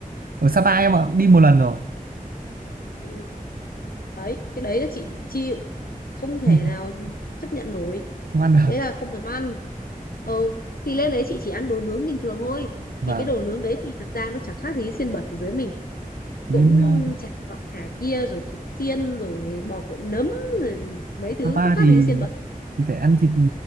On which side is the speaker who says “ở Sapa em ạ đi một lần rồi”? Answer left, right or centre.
Right